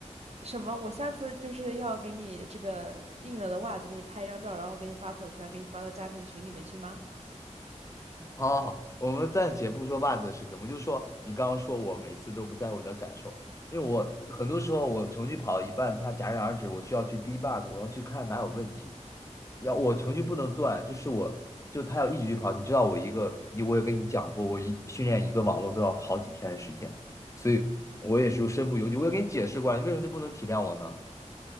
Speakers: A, on the right; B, on the left.
A: 什么？我下次就是要给你这个印了的袜子给你拍一张照，然后给你发朋友圈，给你发到家庭群里面去吗？
B: 好好好，我们暂且不说袜子的事情，我们就说你刚刚说我每次都不在乎你的感受，因为我很多时候我程序跑到一半，它戛然而止，我需要去 debug，我要去看哪有问题。要我程序不能断，就是我就它要一直去跑。你知道我一个，你我也跟你讲过，我一训练一个网络都要好几天的时间，所以我也是身不由己。我也跟你解释过了，你为什么就不能体谅我呢？